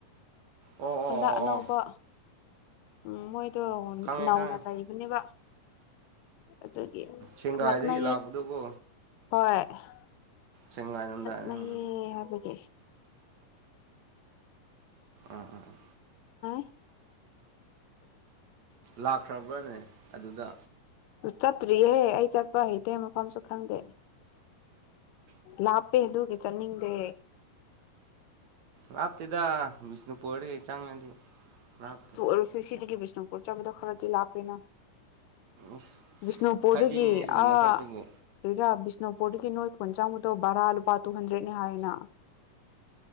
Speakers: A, on the right (about 60°); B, on the left (about 80°).
A: ꯑꯣ ꯑꯣ
B: ꯍꯟꯗꯛ
A: ꯑꯣ
B: ꯑꯅꯧꯕ
A: ꯑꯣ
B: ꯎꯝ ꯃꯣꯏ ꯇꯣ ꯅꯅꯥꯧꯅꯥ
A: ꯈꯪꯉꯦ ꯈꯪꯉꯦ
B: ꯂꯩꯕꯅꯦꯕ ꯑꯗꯨꯗꯤ
A: ꯁꯦꯡꯒꯥꯏꯗꯒꯤ
B: ꯅꯅꯥ
A: ꯂꯥꯛꯄꯗꯣꯀꯣ
B: ꯍꯣꯏ <unintelligible>
A: ꯁꯦꯡꯒꯥꯏ ꯂꯝꯗꯥꯏꯅꯦ
B: ꯅꯌꯦ
A: ꯎꯝ
B: ꯍꯥꯏꯕꯒ
A: ꯑ ꯑꯥ ꯑꯥ
B: <unintelligible>
A: ꯂꯥꯛꯈ꯭ꯔꯕ꯭ꯔꯅꯦ ꯑꯗꯨꯗ
B: ꯆꯠꯇ꯭ꯔꯤꯌꯦ ꯑꯩ ꯆꯠꯄ ꯍꯩꯇꯦ ꯃꯐꯝꯁꯨ ꯈꯪꯗꯦꯅꯦ ꯂꯥꯞꯄꯦ ꯑꯗꯨ ꯆꯟꯅꯗꯦ
A: ꯂꯥꯞꯇꯦꯗ ꯕꯤꯁꯅꯨꯄꯨꯔꯗꯒꯤ ꯆꯪꯉꯗꯤ ꯂꯥꯞꯇꯦ
B: ꯇꯨ ꯑꯣꯏꯔꯁꯨ ꯁꯤꯗꯒꯤ ꯕꯤꯁ ꯄꯨ ꯆꯕ ꯈꯔ ꯆ ꯂꯥꯛꯄꯦꯅ
A: ꯏꯁ
B: ꯕꯤꯁꯅꯨꯄꯨꯔꯗꯒꯤ
A: ꯊꯥꯔꯇꯤ ꯃꯤꯅꯤꯠꯁꯀꯨꯝꯕ
B: ꯑꯥ
A: ꯈꯛꯇꯕꯨ
B: ꯀꯔꯤꯔꯥ ꯏꯁꯅꯣꯄꯣꯠꯇꯒꯤ ꯅꯣꯏꯠ ꯀꯨꯟ ꯆꯥꯃꯨꯗꯣ ꯕꯔꯥ ꯂꯨꯄꯥ ꯇꯨ ꯍꯟꯗ꯭ꯔꯦꯠꯅꯦ ꯍꯥꯏꯅ